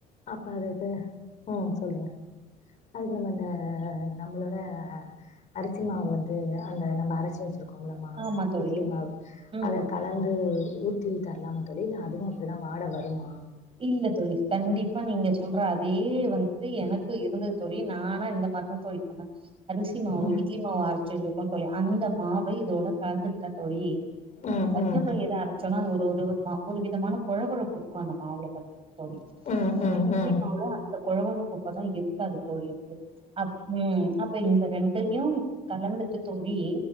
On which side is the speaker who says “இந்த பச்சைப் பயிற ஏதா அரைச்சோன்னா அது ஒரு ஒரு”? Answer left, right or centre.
Right